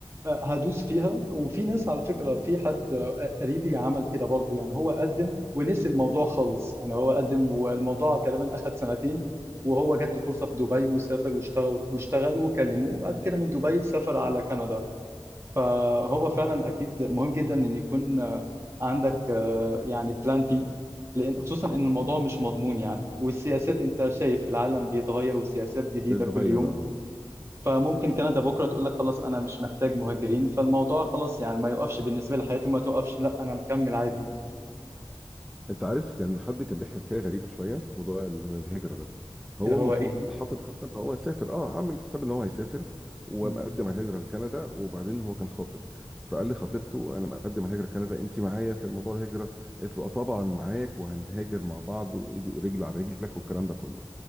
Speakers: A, on the right; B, in the centre.
A: هدوس فيها وفي ناس على فكرة في حد قريبي عمل كده برضو يعني هو قدم ونسي الموضوع خالص يعني هو قدم والموضوع تقريبا أخد سنتين وهو جات له فرصة في دبي وسافر واشتغل واشتغل وكلموه وبعد كده من دبي سافر على كندا فهو فعلا أكيد مهم جدا إن يكون عندك آه، يعني بلان بي لأن خصوصا إن الموضوع مش مضمون يعني والسياسات أنت شايف العالم بيتغير والسياسات جديدة
B: بتغير
A: كل يوم
B: اه
A: فممكن كندا بكره تقول لك خلاص انا مش محتاج مهاجرين فالموضوع خلاص يعني ما يوقفش بالنسبه لحياتي وما توقفش لا انا مكمل عادي
B: انت عارف كان حد كان بيحكي حكايه غريبه شويه موضوع ال- الهجره ده هو
A: اللي هو
B: المفروض
A: ايه
B: حاطط خطه ان هو يسافر اه عامل حساب ان هو هيسافر ومقدم
A: مم.
B: على الهجره لكندا وبعدين هو كان خاطب فقال لخطيبته انا مقدم على الهجره لكندا انت معايا في موضوع الهجره قالت له اه طبعا معاك وهنهاجر مع بعض وايدي رجل على رجلك والكلام ده كله